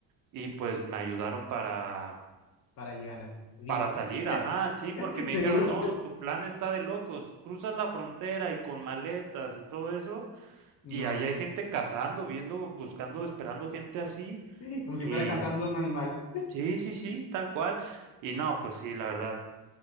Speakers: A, on the right (about 50°); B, on the left (about 40°).
A: y pues me ayudaron para,
B: para llegar vivo,
A: para salir,
B: <laughs>
A: ajá, sí, porque me
B: seguro.
A: dijeron, no, tu plan está de locos, cruzas la frontera y con maletas y todo eso,
B: No,
A: y ahí hay gente cazando, viendo, buscando, esperando gente así,
B: sí, como
A: y
B: si fuera cazando un animal.
A: sí, sí, sí, tal cual, y no, pues sí, la verdad,